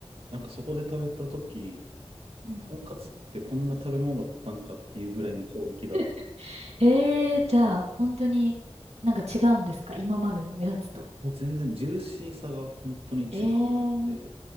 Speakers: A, on the right (about 65°); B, on the right (about 90°).
A: なんかそこで食べた時
B: うん。
A: とんかつってこんな食べ物だったんかっていうぐらいの衝撃だって、
B: <laughs> ええー、じゃあ、本当になんか違うんですか今までのやつと。
A: もう全然ジューシーさが本当に違うかって、
B: ええー。